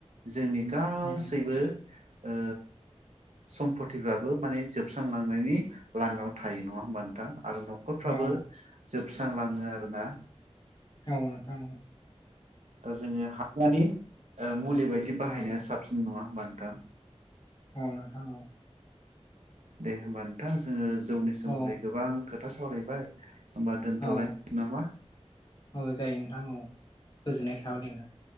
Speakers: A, on the right; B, on the left.
A: जोंनि गासैबो
B: उम
A: ओ सम्पतिफ्राबो माने जोबस्रांलांनायनि लामायाव थायो नङा होमबा नोंथां आरो न'खरफ्राबो
B: औ
A: जोबस्रांलाङो आरोना
B: औ नोंथां औ
A: दा जोङो ओ मुलि बायदि बाहायनाया
B: औ
A: साबसिन नङा होमबा नोंथां
B: औ नोंथां औ
A: दे होमबा नोंथां जोङो जौनि सोमोन्दै
B: औ
A: गोबां खोथा सावरायबाय होमबा दोनथ'लायनो
B: औ
A: नामा
B: औ जायो नोंथां औ गोजोननाय थाबाय दे नोंथां